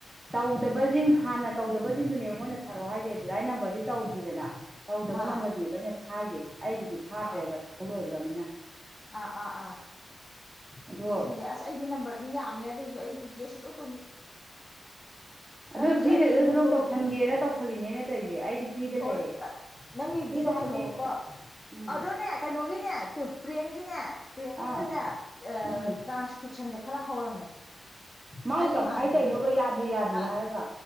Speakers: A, on the right (about 20°); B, on the left (about 20°).
A: ꯇꯧꯗꯕꯖꯤꯡ ꯍꯥꯟꯅ ꯇꯧꯗꯕꯖꯤꯡꯗꯨꯅꯦꯕ ꯃꯣꯏꯅ ꯊꯥꯔꯣ ꯍꯥꯏꯖꯦ ꯗꯗꯥꯏ ꯅꯝꯕꯔꯗꯤ ꯇꯧꯗ꯭ꯔꯤꯗꯅ ꯇꯧꯗꯕ
B: ꯑꯥ ꯑꯥ
A: ꯅꯝꯕꯁꯤꯅꯦꯕ ꯑꯩꯅ ꯊꯥꯏꯁꯦ ꯑꯩꯒꯤꯗꯤ ꯊꯥꯗ꯭ꯔꯦꯕ
B: ꯑꯥ
A: ꯇꯧ ꯂꯣꯏꯈ꯭ꯔꯕꯅꯤꯅ
B: ꯑꯥ ꯑꯥ ꯑꯥ ꯇꯤ
A: ꯑꯗꯣ
B: ꯇꯤ ꯑꯦꯁꯀꯤꯖꯦ ꯑꯁ ꯑꯩꯗꯤ ꯅꯝꯕꯔꯗꯤ ꯌꯥꯝꯃꯦ ꯑꯗꯨꯑꯣꯏꯖꯨ ꯑꯩ ꯇꯤ ꯇꯤ ꯑꯦꯁ ꯁꯨꯇꯧ
A: ꯑꯗꯨ
B: ꯑꯩ ꯍꯧꯖꯤꯛ
A: ꯐ꯭ꯔꯤ
B: ꯑꯩꯒꯤꯐꯥꯎ
A: ꯂꯩꯗꯧ ꯁꯔꯨꯛ
B: ꯂꯣꯏꯗ꯭ꯔꯤ
A: ꯇꯧꯁꯟꯒꯦꯅ ꯇꯧꯁꯜꯂꯤꯅꯦ ꯑꯩꯅ ꯇꯧꯏꯁꯦ ꯑꯩꯗꯤ ꯐ꯭ꯔꯤꯗ
B: ꯍ
A: ꯂꯩꯔꯦ
B: ꯅꯪꯒꯤꯕꯨꯗꯤ
A: ꯐ꯭ꯔꯤꯗ
B: ꯇꯧꯁꯜꯂꯣꯕꯀꯣ
A: ꯍꯥꯏꯕꯗꯤ ꯎꯝ
B: ꯑꯗꯣꯅꯦ ꯀꯩꯅꯣꯒꯤꯅꯦ ꯄ꯭ꯔꯦꯝꯒꯤꯅꯦ ꯄ꯭ꯔꯦꯝꯒꯤꯗꯅꯦꯥꯟ
A: ꯑꯥ ꯎꯝ
B: ꯇꯨꯁꯟꯁꯦ ꯈꯔ ꯍꯧꯔꯝꯃꯦ
A: ꯃꯥꯥꯏ
B: ꯑꯩ
A: ꯀꯃꯥꯏꯅ
B: ꯏꯃꯥꯟꯅꯕꯤ
A: ꯇꯧꯔꯤꯅꯣꯕ ꯌꯥꯗ꯭ꯔꯤ ꯌꯥꯗ꯭ꯔꯤ
B: ꯑꯥ
A: ꯍꯥꯏꯔꯒ